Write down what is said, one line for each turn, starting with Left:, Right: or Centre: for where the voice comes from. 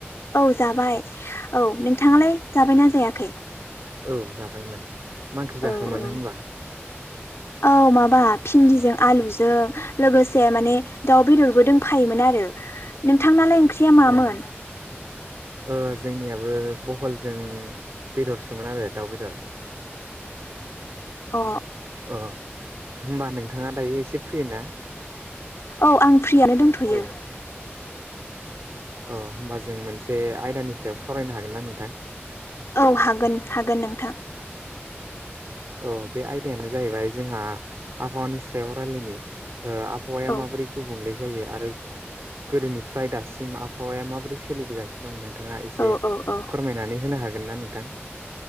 Left: औ जाबाय औ नोंथाङालाय जाबायना जायाखै?
Right: औ जाबायमोन । मा ओंख्रि जाखो
Left: औ
Right: मोन
Left: औ
Right: होमबा?
Left: औ माबा भिन्दिजों आलुजों लोगोसे माने दाउ बेदरबो दंफायोमोन आरो नोंथांनालाय ओं ओंख्रिया मामोन?
Right: अ ओ जोंनियाबो बहलजों बेदरसोमोन आरो दाउ बेदर
Left: अ
Right: अ होमबा नोंथाङा दायो एसे फ्रि ना?
Left: औ आं फ्रिआनो दोनथयो
Right: औ
Left: ।
Right: अ होमबा जों मोनसे आयदानि सायाव सावरायनो हागोन ना नोंथां?
Left: औ हागोन हागोन नोंथां।
Right: औ बे आयदायानो जाहैबाय जोंहा आबहावानि सायाव रायलायनि। ओ आबहावाया
Left: औ
Right: माबोरै गुबुंले जायो आरो गोदोनिफ्राय दासिम आबहावाया माबोरै सोलिबोगासिनोदं नों नोंथाङा एसे
Left: औ औ औ
Right: फोरमायनानै होनो हागोनना नोंथां?